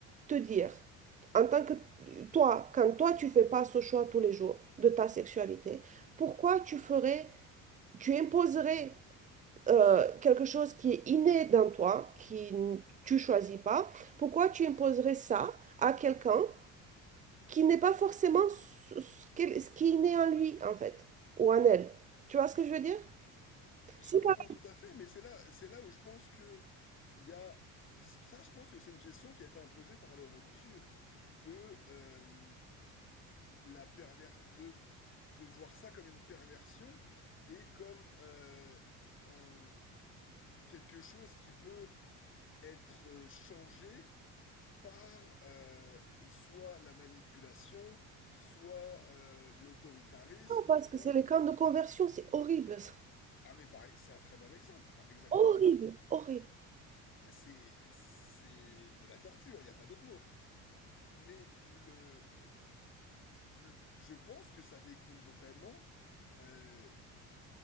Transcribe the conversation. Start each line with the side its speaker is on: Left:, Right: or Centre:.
Right: te dire, en tant que toi, quand toi tu fais pas ce choix tous les jours de ta sexualité, pourquoi tu ferais, tu imposerais euh, quelque chose qui est inné dans toi, qui n- tu choisis pas, pourquoi tu imposerais ça à quelqu'un qui n'est pas forcément ce, ce qu'elle- ce qui est inné en lui en fait, ou en elle. Tu vois ce que je veux dire?
Left: Je
Right: Si
Left: comprends
Right: par
Left: tout à fait, mais c'est là, c'est là où je pense que il y a ça, je pense que c'est une question qui a été imposée par le religieux de euh, la perver de de voir ça comme une perversion et comme euh, un quelque chose qui peut être changé par euh, soit la manipulation, soit euh, l'autoritarisme
Right: exemple, parce
Left: ou
Right: que c'est les camps de conversion, c'est horrible, ça.
Left: ah mais pareil, c'est un très bon exemple, pas exactement.
Right: horrible, horrible.
Left: C'est, c'est de la torture, il n'y a pas d'autre mot. Mais le, le- je pense que ça découle vraiment euh,